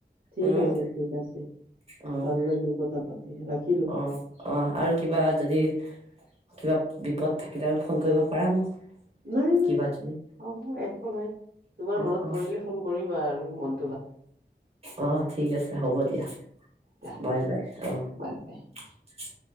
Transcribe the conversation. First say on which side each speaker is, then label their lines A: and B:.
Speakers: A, on the right (about 60°); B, on the right (about 35°).
A: ঠিক
B: উম
A: আছে ঠিক আছে
B: অ',
A: ভাল লাগিল কথা পাতি ৰাখি-
B: অ' আৰু কিবা যদি কিবা বিপদ থাকিলে আৰু ফোন কৰিব পাৰা মোক।
A: নাই-নাই
B: কিবা যদি
A: হব একো নাই তোমাৰ
B: অ',
A: মনত
B: অ',
A: পৰিলে ফোন কৰিবা আৰু মন
B: অ' ঠিক আছে হ'ব দিয়া।
A: দিয়া
B: বাই-বাই অ'
A: বাই বাই।